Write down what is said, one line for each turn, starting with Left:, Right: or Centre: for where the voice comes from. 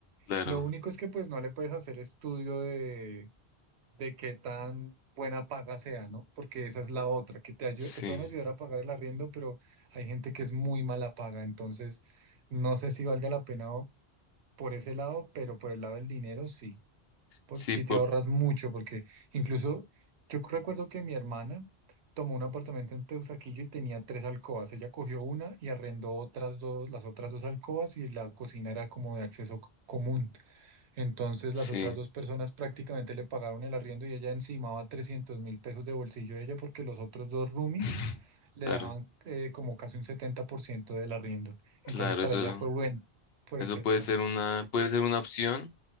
Left: claro,
Right: Lo único es que pues no le puedes hacer estudio de de qué tan buena paga sea, ¿no? Porque esa es la otra, que te ayu-
Left: sí,
Right: te pueden ayudar a pagar el arriendo, pero hay gente que es muy mala paga, entonces no sé si valga la pena o- por ese lado, pero por el lado del dinero sí, por,
Left: sí,
Right: sí
Left: por,
Right: te ahorras mucho, porque incluso yo recuerdo que mi hermana tomó un apartamento en Teusaquillo y tenía tres alcobas, ella cogió una y arrendó otras dos, las otras dos alcobas y la cocina era como de acceso c- común. Entonces
Left: sí,
Right: las otras dos personas prácticamente le pagaron el arriendo y ella encimaba trescientos mil pesos de bolsillo de ella porque los otros dos roomies
Left: <laughs>
Right: le
Left: claro,
Right: daban eh, como casi un 70% del arriendo.
Left: claro,
Right: Entonces para
Left: eso,
Right: ella fue bueno por
Left: eso
Right: el sector.
Left: puede ser una, puede ser una opción.